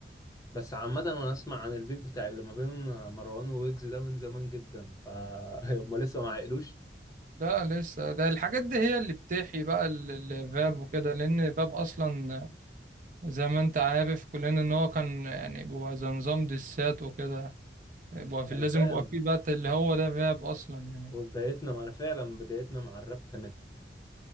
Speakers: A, on the left (about 20°); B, on the right (about 45°).
A: بس عامة انا اسمع عن البيف بتاع اللي ما بين مروان وويجز ده من زمان جدا ف <laughs> هما لسه ما عقلوش
B: لا لسه ده الحاجات دي هي اللي بتحيي بقى ال- ال- الراب وكده لان الراب اصلا زي ما انت عارف كلنا ان هو كان يعني بيبقى زي نظام دسات وكده يبقى في
A: انا
B: لازم
A: فاهم
B: يبقى في بقى اللي هو ده الراب اصلا يعني
A: وبدايتنا مع انا فعلا بدايتنا مع الراب كانت